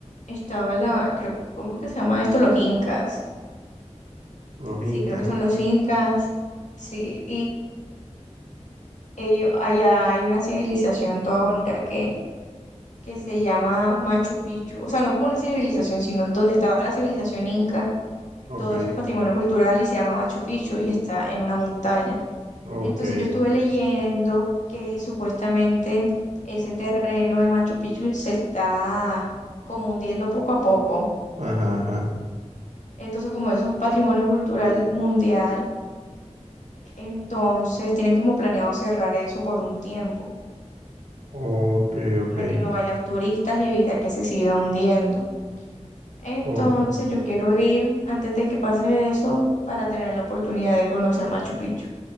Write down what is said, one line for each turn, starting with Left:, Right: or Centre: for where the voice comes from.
Left: estaba la, creo, ¿cómo que se llama esto? Los incas.
Right: Los incas.
Left: Sí, creo que son los incas. Sí, ello- allá hay una civilización toda bonita que, que se llama Machu Picchu, o sea, no como una civilización, sino donde estaba la civilización inca,
Right: Ok,
Left: todo eso es patrimonio cultural y se llama Machu Picchu y está en una montaña.
Right: ok.
Left: Entonces yo estuve leyendo que supuestamente ese terreno de Machu Picchu se está como hundiendo poco a poco.
Right: Ajá, ajá.
Left: Entonces, como eso es patrimonio cultural mundial, entonces tienen como planeado cerrar eso por un tiempo.
Right: Ok, ok.
Left: para que no vayan turistas y evitar que se siga hundiendo. Entonces
Right: Oh,
Left: yo quiero ir antes de que pase eso para tener la oportunidad de conocer Machu Picchu.